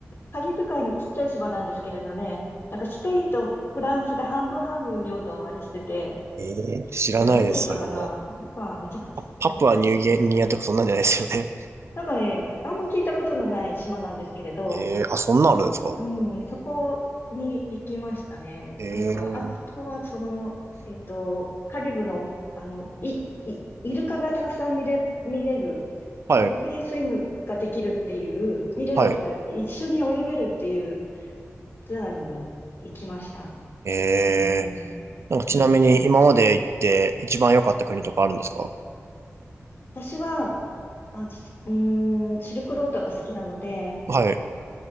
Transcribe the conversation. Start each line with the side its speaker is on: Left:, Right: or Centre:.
Left: カリブ海のちっちゃい島なんですけれどね、なんかスペインとフランスが半分半分領土をあれしてて、
Right: ええ知らないです、
Left: なんて言ったかななんかめちゃくちゃ、
Right: それね。パプアニューギニアとかそんなんじゃないですよね。
Left: めなんかね、あんま聞いたことのない島なんですけれど、
Right: <laughs> ええあ、そんなんあるんですか。
Left: うん、そこに行きましたね。
Right: ええ
Left: なんか、あとはその、えっと、カリブの、あの、い、い、イルカがたくさん見れ、見れる、
Right: はい、
Left: ドルフィンスイムができるっていう、見れるとか、
Right: はい。
Left: 一緒に泳げるっていうツアーに行きました。
Right: ええ
Left: うん、う
Right: なんかちなみに今まで行って一番良かった国とかあるんですか
Left: ん、私は、あ、じうん、シルクロードが好きなので、
Right: はい。